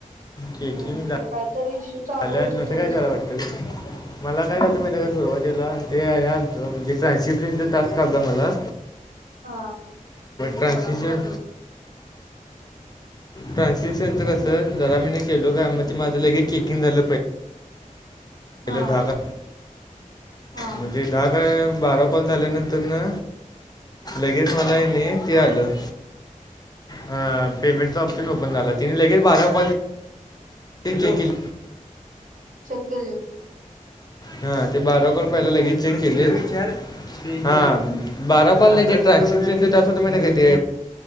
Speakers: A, on the left; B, on the right.
A: चेकिंग
B: हम्म ते कायतरी इश्यू
A: झाल्यानंतर
B: चालू होत त्यांचं
A: काय झालं वाटतं ते? मला काय चालतं माहि का सुरुवातीला तेल म्हणजे ट्रशिफ्टिंग तासचालता मला
B: हा
A: कांचीच्या ट्रान्सलेशनच कस जरा मी केलो काय मग माझं लगे क किंद ल प
B: हा
A: पल धाका
B: हा
A: म्हणजे दहा काय बारा कॉल झाल्यानंतर ना लगेच मला आहे नाही ते आलं अ पेमेंटचा ऑप्शन ओकन झाला तिने लगेच बारा कॉल ील
B: चेक केले
A: हा ते बारा कर पहियला लगेच चेक केली हा बारा कॉलेलेज ए ट्रची होत माहि का ते